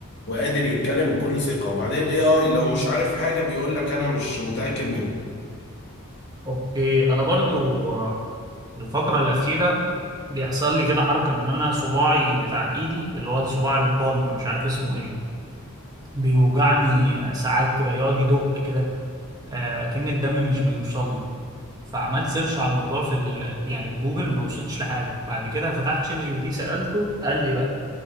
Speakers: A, on the left; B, on the right.
A: وقادر يتكلم بكل ثقة وبعدين الاي اي لو مش عارف حاجة بيقول لك انا مش متأكد منها
B: اوكي انا برضو آه، الفترة الأخيرة بيحصل لي كده حركة ان انا صباعي بتاع ايدي اللي هو الصباع البالم مش عارف اسمه ايه بيوجعني ساعات كده يقعد يدق كده آه، اكن الدم مش بيوصل له فعملت سيرش على الموضوع في ال... يعني في جوجل ما وصلتش لحاجة بعد كده فتحت شات جي بي تي سألته قال لي بقى